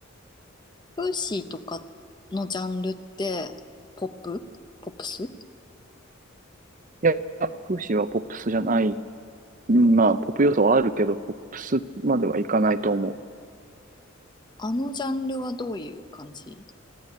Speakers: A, on the left; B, on the right.
A: フーシーとかのジャンルって、ポップポップス
B: いや、フーシーはポップスじゃない。うんまあ、ポップ要素はあるけど、ポップスまではいかないと思う。
A: あのジャンルはどういう感じ